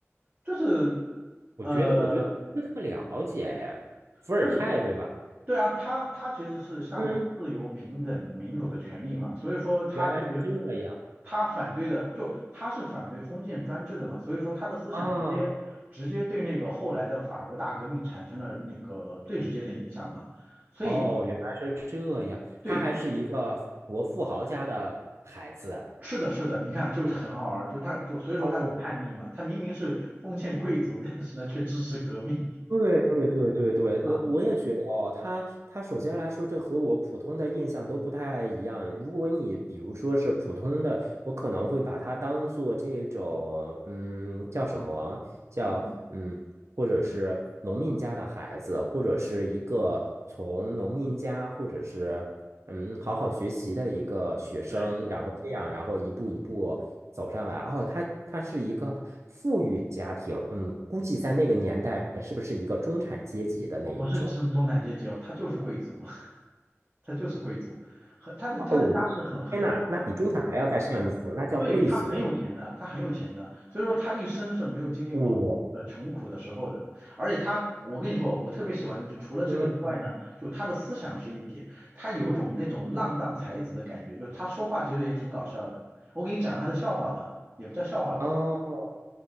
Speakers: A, on the right; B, on the right.
A: 就是
B: 我觉得我对他不是特了解哎，
A: 呃，
B: 伏尔泰对吧？
A: 就是对啊，他他其实是向往自由、
B: 嗯。
A: 平等、民主的权利嘛，所以说他特别，
B: 原来是这样
A: 他反对的就他是反对封建专制的嘛，所以说他的思想直接直接对那个后来的法国大革命产生了那个最直接的影响嘛，
B: 啊！
A: 所以
B: 哦，原来是这样，
A: 对，
B: 他还是一个法国富豪家的孩子。
A: 是的，是的，你看就很好玩儿，就他就所以说他很叛逆嘛，
B: 哦，
A: 他明明是封建贵族，<laughs> 但是呢却支持革命
B: 对对对对对，
A: <laughs>
B: 我我也觉得哦，
A: 啊，
B: 他他首先来说，这和我普通的印象都不太一样。如果你比如说是普通的，我可能会把它当做这种，嗯，叫什么？叫嗯，
A: 嗯，
B: 或者是农民家的孩子，或者是一个从农民家，或者是嗯，好好学习的一个学生，
A: 对，
B: 然后这样，然后一步一步走上来。哦，他他是一个富裕家庭，嗯，估计在那个年代是不是一个中产阶级的那一种？
A: 哦，不是中中产阶级哦，他就是贵族，<laughs> 他就是贵族，很他的他的家世很很
B: 哦，天呐，那比中产还要再上一层，那叫贵族。
A: 对，他很有钱的，他很有钱的，所以说他一生是没有经历过那个穷苦的时候的。
B: 我、
A: 而且他，我跟你说，我特别喜欢的就除了这个之外呢，
B: 嗯，
A: 就他的思想是一点，他有一种那种浪荡才子的感觉，就他说话其实也挺搞笑的。我给你讲个他的笑话吧，也不叫笑话吧，
B: 哦，